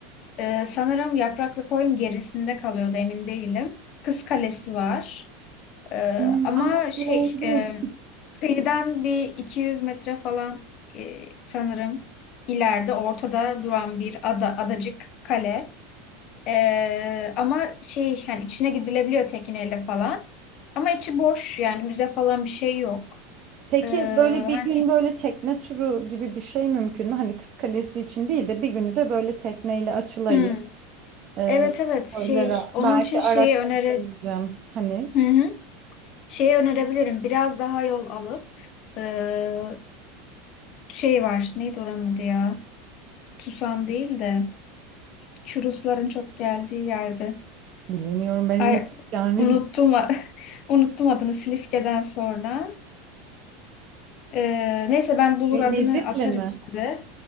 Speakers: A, on the left; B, on the right.
A: e, sanırım Yapraklı Koyun gerisinde kalıyordu emin değilim. Kız Kalesi var. E,
B: Hmm,
A: ama
B: aa
A: şey
B: doğru.
A: e, kıyıdan bir 200 metre falan e, sanırım ileride ortada duran bir ada, adacık kale. E, ama şey yani içine gidilebiliyor tekneyle falan. Ama içi boş yani müze falan bir şey yok.
B: Peki
A: E,
B: böyle
A: hani
B: bir gün böyle tekne turu gibi bir şey mümkün mü? Hani Kız Kalesi için değil de bir günü de böyle tekneyle açılayı,
A: hmm,
B: e,
A: evet evet şey
B: koylara
A: onun
B: belki
A: için şeyi
B: araçla
A: öneri
B: gidemeyeceğim. Hani
A: Hı hı. Şeyi önerebilirim. Biraz daha yol alıp eee, şey var. Neydi oranın adı ya? Tusan değil de şu Rusların çok geldiği yerde.
B: bilemiyorum ben henüz
A: Ay
B: gelmedi.
A: unuttum a- <laughs> unuttum adını Silifke'den sonra. Eee, neyse ben bulur
B: Ne,
A: adını
B: Nezit'le
A: atarım
B: mi?
A: size.